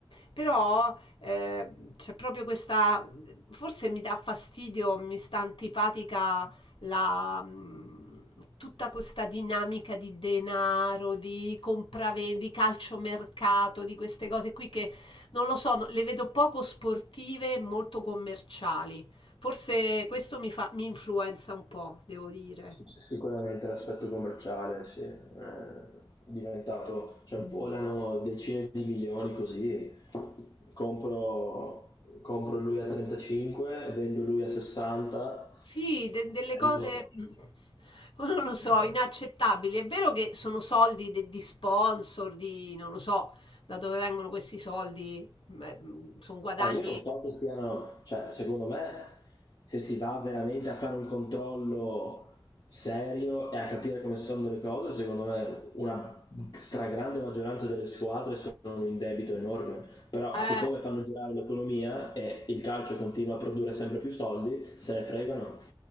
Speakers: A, on the left; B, on the left.
A: però eh, c'è proprio questa, forse mi dà fastidio, mi sta antipatica la, mm, tutta questa dinamica di denaro, di compravendita, di calciomercato, di queste cose qui non lo so, no- le vedo poco sportive, e molto commerciali. Forse questo mi fa, mi influenza un po', devo dire.
B: Sic- Sicuramente l'aspetto commerciale, sì, è diventato, cioè volano decine di milioni così, compro, compro lui a 35, vendo lui a 60,
A: Sì, de- delle
B: Eh,
A: cose,
B: no.
A: mm, non lo so, inaccettabili. È vero che sono soldi de- di sponsor, di non lo so da dove vengono questi soldi, sono guadagni.
B: Ma io non so se siano, cioè, secondo me, se si va veramente a fare un controllo serio e a capire come stanno le cose, secondo me una stragrande maggioranza delle squadre sono in debito enorme. Però,
A: eh,
B: siccome fanno girare l'economia e il calcio continua a produrre sempre più soldi, se ne fregano.